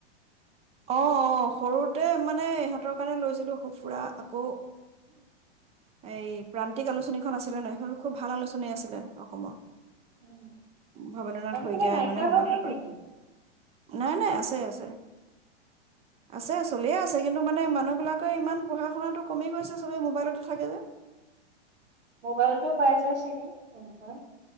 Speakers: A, on the right; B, on the right.
A: অ অ সৰুতে মানে ইহঁতৰ কাৰণে লৈছিলো স ফুৰা আকৌ এই প্ৰান্তিক আলোচনীখন আছিলে নহয় সেইখন খুব ভাল আলোচনী আছিলে অসমৰ
B: উম
A: ভবেন্দ্ৰনাথ
B: আজিকালি
A: শইকীয়াই
B: নাইকিয়া
A: মানে সম্পাদনা
B: হৈ গল
A: কৰে
B: নেকি
A: নাই নাই আছে আছে আছে চলিয়ে আছে কিন্তু মানে মানুহ বাকে ইমান পঢ়া শুনাটো কমি গৈছে সবে মোবাইলতে থাকে যে
B: মোবাইলটো পাই যায় চাগে কেনেকুৱা